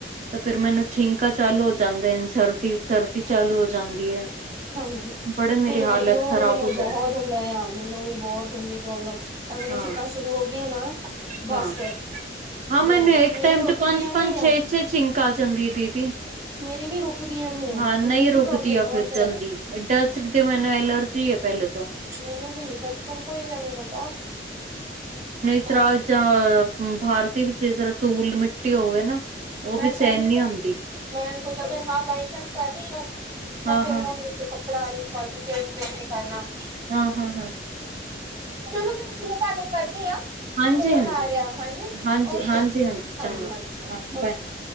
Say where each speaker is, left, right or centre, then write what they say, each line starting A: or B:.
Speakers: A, on the right (about 40°); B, on the right (about 20°).
A: ਤਾਂ ਫਿਰ ਮੈਨੂੰ ਛਿੰਕਾ ਚਾਲੂ ਹੋ ਜਾਂਦਾ ਸਰਦੀ ਸਰਦੀ ਚਾਲੂ ਹੋ ਜਾਂਦੀ ਹੈ।
B: ਹਾਂਜੀ
A: ਬੜੇ ਮੇਰੀ
B: ਨਹੀਂ
A: ਹਾਲਤ
B: ਮੈਨੂੰ-
A: ਖ਼ਰਾਬ
B: ਮੈਨੂੰ
A: ਹੋ
B: ਬਹੁਤ
A: ਜਾਂਦੀ
B: ਹੁੰਦਾ ਆ ਮੈਨੂੰ ਵੀ ਬਹੁਤ ਹੁੰਦੀ ਪ੍ਰੋਬਲਮ ਔਰ ਮੈਨੂੰ
A: ਹਾਂ
B: ਛਿੱਕਾ 'ਚ ਸ਼ੁਰੂ ਹੋ ਗਈਆਂ ਨਾ ਬਸ
A: ਹਾਂ
B: ਫਿਰ
A: ਹਾਂ ਮੈਨੂੰ
B: ਗਏ
A: ਇੱਕ
B: ਮੇਰੇ
A: ਟਾਈਮ
B: ਰੁਕਦੀਆਂ
A: ਤੇ ਪੰਜ-
B: ਨੀ
A: ਪੰਜ
B: ਆ
A: ਛੇ- ਛੇ ਛਿੰਕ ਆ ਜਾਂਦੀ ਦੀਦੀ
B: ਮੇਰੀ ਵੀ ਰੁਕਦੀਆਂ ਨੀ ਹੈ
A: ਹਾਂ ਨਹੀਂ
B: ਮੈਨੂੰ ਵੀ
A: ਰੁਕਦੀ
B: ਪ੍ਰੋਬਲਮ
A: ਆ
B: ਬਹੁਤ
A: ਫਿਰ ਜਲਦੀ
B: ਹੈ।
A: ਡਸਟ ਦੀ ਮੈਨੂੰ ਐਲਰਜੀ ਹੈ ਪਹਿਲੇ ਤੋਂ
B: ਮੈਨੂੰ ਵੀ ਬਚਪਨ ਤੋਂ ਹੀ ਹੈ ਮੈਨੂੰ ਤਾਂ
A: ਜਿਸ
B: ਮੈਂ
A: ਤਰ੍ਹਾਂ ਜਾਂ ਬਾਹਰ ਦੀ ਵਿੱਚ ਜਿਸ ਤਰ੍ਹਾਂ ਧੂਲ ਮਿੱਟੀ ਹੋਵੇ ਨਾ। ਉਹ
B: ਮੈਂ
A: ਵੀ
B: ਸਹਿਣ ਨਹੀਂ
A: ਨੀ
B: ਕਰ
A: ਹੁੰਦੀ
B: ਸਕਦੀ, ਮੈਂ ਕੁਛ ਅਗਰ ਹਾਂ ਬਾਈ ਚਾਂਸ ਕਰ ਰਹੀ ਹਾ ਨਾ, ਤਾਂ
A: ਹਾਂ
B: ਫਿਰ
A: ਹਾਂ
B: ਮੈਂ ਤੇ ਕੱਪੜਾ ਬਣ ਕੇ, ਫੇਰ ਹੀ ਕਰਨਾ
A: ਹਾਂ ਹਾਂ ਹਾਂ
B: ਚਲੋ ਭੇਣ ਜੀ, ਮੈਂ ਤੁਹਾਨੂੰ ਕਰਦੀ ਹਾਂ।
A: ਹਾਂਜੀ
B: ਫੋਨ
A: ਹਾਂਜੀ
B: ਆ ਰਿਹਾ, ਹਾਂਜੀ,
A: ਹਾਂਜੀ
B: ਔਕੇ
A: ਹਾਂਜੀ ਚੰਗਾ
B: ਹਾਂਜੀ ਹਾਂਜੀ ਹਾਂਜੀ
A: ਹਾਂ ਬਾਏ
B: ਔਕੇ।